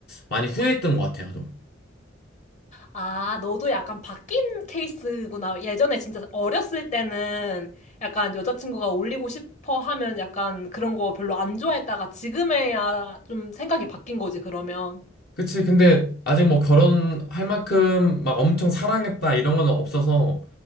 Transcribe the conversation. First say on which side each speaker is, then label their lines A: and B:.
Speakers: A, on the left; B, on the left.
A: 많이 후회했던 것 같아요.
B: 아, 너도 약간 바뀐 케이스구나. 예전에 진짜 어렸을 때는 약간 여자친구가 올리고 싶어 하면 약간 그런 거 별로 안 좋아했다가 지금에야 좀 생각이 바뀐 거지, 그러면.
A: 그치. 근데 아직 뭐 결혼할 만큼 막 엄청 사랑했다 이런 건 없어서